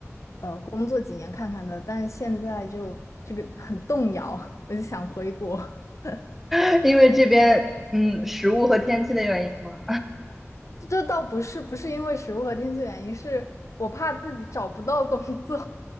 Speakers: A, on the left; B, in the centre.
A: 呃，工作几年看看的，但是现在就这个很动摇，我就想回国。<laughs>
B: <laughs> 因为这边，嗯，食物和天气的原因吗？
A: 这倒不是不是因为食物和天气原因，是我怕自己找不到工作，